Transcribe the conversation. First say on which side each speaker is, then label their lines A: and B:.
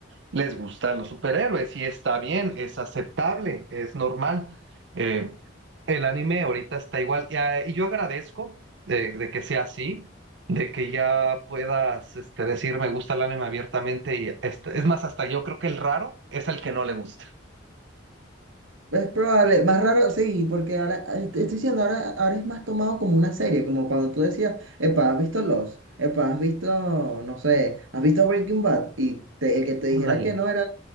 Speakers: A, on the right (about 60°); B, on the right (about 80°).
A: les gustan los superhéroes y está bien, es aceptable, es normal. Eh, el anime ahorita está igual y, ah, y yo agradezco de, de que sea así, de que ya puedas este, decir me gusta el anime abiertamente y este, es más, hasta yo creo que el raro es el que no le gusta.
B: Es probable, más raro, sí, porque ahora, eh, te estoy diciendo, ahora, ahora es más tomado como una serie, como cuando tú decías, epa, ¿has visto Lost? Epa, ¿has visto, no sé, ¿has visto Breaking Bad? Y te- el que te dijera
A: Ándale.
B: que no era,